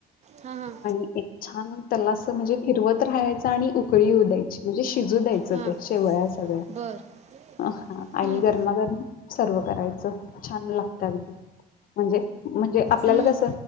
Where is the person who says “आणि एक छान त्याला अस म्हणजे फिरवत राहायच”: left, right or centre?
Left